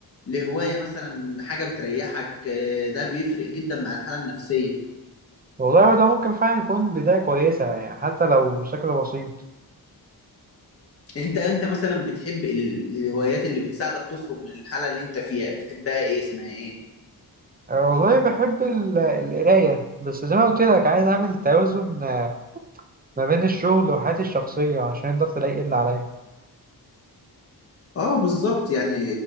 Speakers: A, on the left; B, on the right.
A: لهواية مثلا حاجة بتريحك آه، ده بيفرق جدا مع الحالة النفسية
B: والله ده ممكن فعلا يكون بداية كويسة يعني حتى لو بشكل بسيط
A: انت انت مثلا بتحب ال- الهوايات اللي بتساعدك تخرج من الحالة اللي انت فيها بتحبها ايه اسمها ايه
B: أه والله بحب ال- القراية بس زي ما قلت لك عايز اعمل توازن آه، ما بين الشغل وحياتي الشخصية عشان الضغط لا يقل عليا
A: اه بالظبط يعني